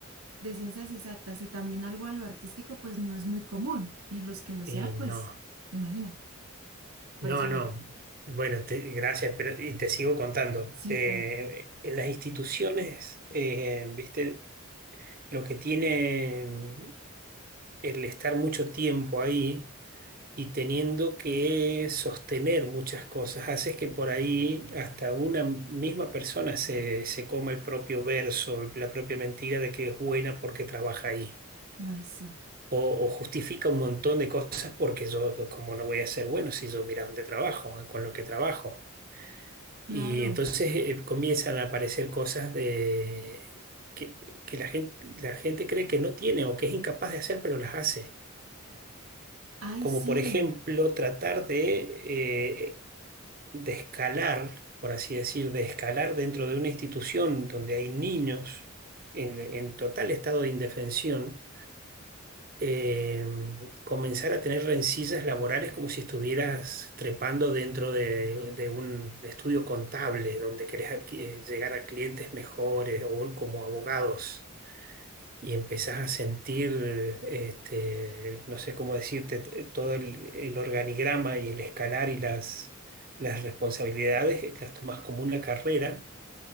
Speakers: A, on the right; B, on the right.
A: de ciencias exactas y también algo a lo artístico, pues no es muy común. Y los que lo
B: Y
A: sean, pues,
B: no.
A: imagínate, por
B: No,
A: eso lo
B: no.
A: digo.
B: Bueno, te- gracias, pero y te sigo contando.
A: Sí,
B: Eh,
A: por,
B: en las instituciones, eh, viste, lo que tiene mm, el estar mucho tiempo ahí y teniendo que sostener muchas cosas, haces que por ahí hasta una misma persona se, se coma el propio verso, la propia mentira de que es buena porque trabaja ahí.
A: ay, sí,
B: O, o justifica un montón de cosas porque yo, como no voy a ser bueno si yo mira dónde trabajo, con lo que trabajo.
A: claro,
B: Y entonces eh, comienzan a aparecer cosas de, que, que la gente, la gente cree que no tiene o que es incapaz de hacer, pero las hace.
A: ay,
B: Como
A: sí.
B: por ejemplo
A: O
B: tratar de, eh, de escalar, por así decir, de escalar dentro de una institución donde hay niños en, en total estado de indefensión eh, comenzar a tener rencillas laborales como si estuvieras trepando dentro de, de un estudio contable donde querés adqui- eh, llegar a clientes mejores o un- como abogados y empezás a sentir, este, no sé cómo decirte, t- todo el, el organigrama y el escalar y las, las responsabilidades eh, las tomás como una carrera.